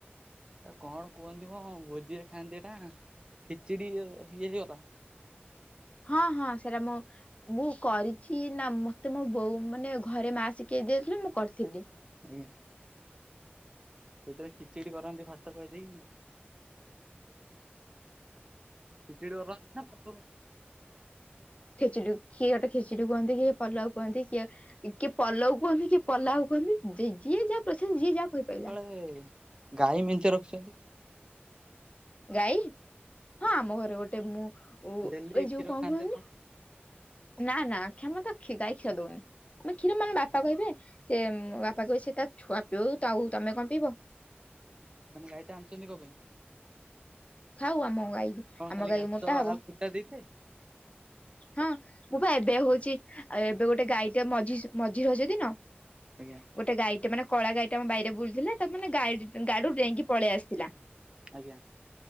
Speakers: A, on the right; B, on the left.
A: ଆ କଣ କୁହନ୍ତିମ ଭୋଜିରେ ଖାଆନ୍ତି ଏଇଟା ଖିଚିଡି ଇଏ ଯିଏ ହେଇଗଲା।
B: ହଁ ହଁ ସେଇଟା ମୋ ମୁଁ କରିଛି ନା ମତେ ମୋ ବୋଉ ମାନେ ଘରେ ମା ଶିଖେଇ ଦେଇଥିଲେ ମୁଁ କରିଥିଲି।
A: ଉଁ। ସେତବେଳେ ଖିଚିଡି କରନ୍ତି ଭାତ କହି ଦେଇକି? ଖିଚିଡ଼ି ର ଅରୁଆ ନା ଭାତ ର
B: ଖେଚେଡି କିଏ ଏଟା ଖେଚେଡି କୁହନ୍ତି କିଏ ପଲାଉ କୁହନ୍ତି। କିଏ କିଏ ପଲଉ କୁହନ୍ତି କିଏ ପଲାଉ କୁହନ୍ତି ଯିଏ ଯାହା ପସନ୍ଦ ଯିଏ ଯାହା କହିପାଇଲା।
A: ଏଇମ୍ ଗାଈ ମେଞ୍ଚେ ରଖିଛନ୍ତି।
B: ଗାଈ ହଁ ଆମ ଘରେ ଗୋଟେ ମୁଁ ଙ
A: ଡେଲି
B: ଏ
A: କ୍ଷୀର
B: ଯୋଉ କଣ
A: ଖାଆନ୍ତି
B: କୁହନି
A: ଆପଣ
B: ନା ନା କ୍ଷ୍ୟମତା ଖି ଗାଈ କ୍ଷୀର ଦଉନି। ଆମେ କ୍ଷୀର ମାନେ ବାପା କହିବେ ସେ ବାପା କହିବେ ସେ ତା ଛୁଆ ପିଉ ତ ଆଉ ତମେ କଣ ପିଇବ?
A: ତମେ ଗାଈଟା ଆଣିଚନ୍ତି କଣ ପାଇଁ?
B: ଥାଉ ଆମ ଗାଈ
A: କଣ
B: ଆମ
A: ଖାଲି
B: ଗାଈ
A: ଘାସ
B: ମୋଟା ହବ
A: ଆଉ କୁଟା ଦେଇଥିଲେ
B: ହଁ। ମୁଁ ବା ଏବେ ହଉଚି ଆଉ ଏବେ ଗୋଟେ ଗାଈଟେ ମଝି ମଝି ରଜ ଦିନ
A: ଆଜ୍ଞା।
B: ଗୋଟେ ଗାଈଟେ ମାନେ କଳା ଗଈଟା ଆମ ବାଇରେ ବୁଲୁଥିଲା। ତାକୁ ମାନେ ଗାଇଡିଟେ ଗାଡିରୁ ଡେଇଁକି ପଳେଇ ଆସିଥିଲା।
A: ଆଜ୍ଞା।